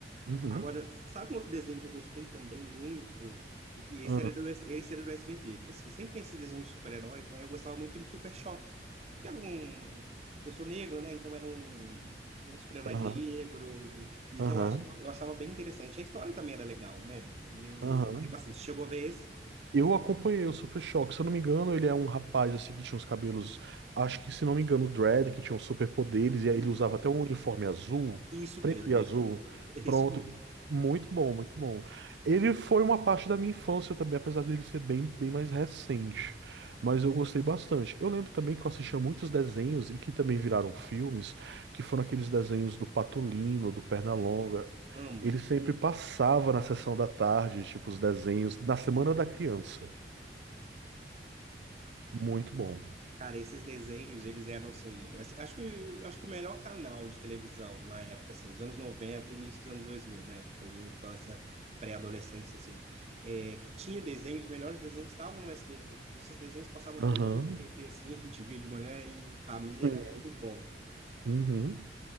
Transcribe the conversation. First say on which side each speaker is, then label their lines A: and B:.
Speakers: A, on the right (about 80°); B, on the right (about 35°).
A: Uhum.
B: Agora, sabe um outro desenho que eu gostei também muito? E que esse
A: Aham,
B: era do, esse era do SBT. Porque, assim, sempre tem esses desenhos de super-heróis, né? Eu gostava muito do Super Choque. Porque era um... Eu sou negro, né? Então era um, um super-herói
A: aham,
B: negro. Então
A: aham,
B: eu achava, eu achava bem interessante. A história também era legal, né? Eu
A: aham.
B: gostei bastante. Você Chegou a ver esse?
A: Eu acompanhei o Super Choque, se eu não me engano, ele é um rapaz assim que tinha uns cabelos, acho que se não me engano, dread, que tinha uns superpoderes, e aí
B: E,
A: ele usava até um uniforme azul,
B: isso
A: preto
B: mesmo,
A: e
B: é
A: azul.
B: esse mesmo. <laughs> É
A: Pronto,
B: esse mesmo.
A: muito bom, muito bom. Ele foi uma parte da minha infância também, apesar dele ser bem, bem mais recente, mas eu gostei bastante. Eu lembro também que eu assistia muitos desenhos e que também viraram filmes, que foram aqueles desenhos do Patolino, do Pernalonga.
B: Ai, amo.
A: Ele sempre passava na sessão da tarde, tipo, os desenhos, na Semana da Criança. Muito bom.
B: Cara, esses desenhos, eles eram assim, mas acho que acho que o melhor canal de televisão na época assim, dos anos noventa início dos anos dois mil né, que foi minha infância, pré-adolescência assim, é, que tinha desenhos, os melhores desenhos estavam no SBT. Então, esses desenhos passavam todos
A: Aham.
B: no SBT assim, <laughs> a gente via de manhã e em família
A: Uhum.
B: era muito bom.
A: Uhum.